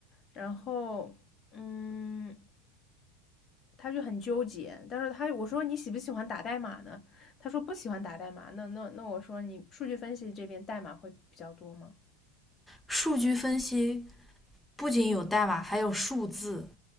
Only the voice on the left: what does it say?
然后嗯，他就很纠结，但是他我说你喜不喜欢打代码呢？他说不喜欢打代码，那那那我说你数据分析这边代码会比较多吗？